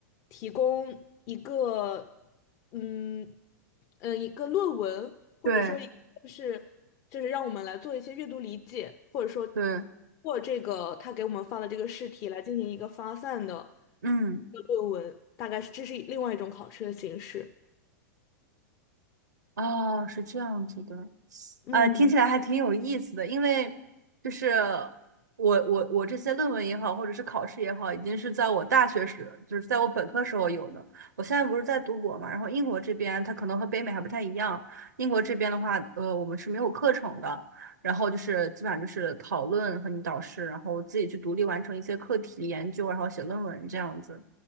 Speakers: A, on the left; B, on the right.
A: 提供一个，嗯嗯、呃一个论文，或者说一就是就是让我们来做一些阅读理解，
B: 对
A: 或者说通
B: 对，
A: 过这个他给我们发的这个试题来进行一个发散的
B: 嗯，
A: 一个论文，大概是这是另外一种考试的形式。
B: 哦，是这样子的，
A: 嗯。
B: 啊，听起来还挺有意思的，因为就是我我我这些论文也好，或者是考试也好，已经是在我大学时，就是在我本科时候有的。我现在不是在读博嘛，然后英国这边它可能和北美还不太一样，英国这边的话，呃，我们是没有课程的，然后就是基本上就是讨论和你导师，然后自己去独立完成一些课题研究，然后写论文这样子。